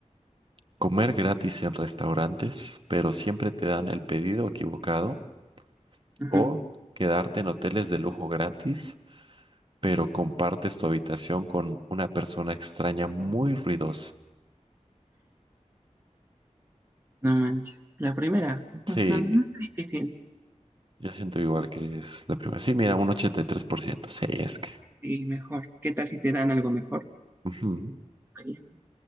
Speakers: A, on the right (about 40°); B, on the right (about 15°).
A: Comer gratis en restaurantes, pero siempre te dan el pedido equivocado.
B: ujú,
A: O quedarte en hoteles de lujo gratis, pero compartes tu habitación con una persona extraña muy ruidosa.
B: No manches. La primera, pues,
A: Sí,
B: no, no, no es difícil.
A: yo siento igual que es la primera. Sí, mira, un 83%. Sí, es que.
B: Sí, mejor. ¿Qué tal si te dan algo mejor?
A: ujú.
B: ¿Pediste?